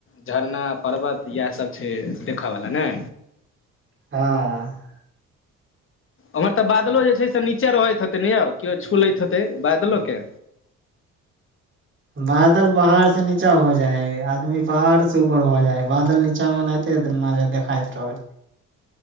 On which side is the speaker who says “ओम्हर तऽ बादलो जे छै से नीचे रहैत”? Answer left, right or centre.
Left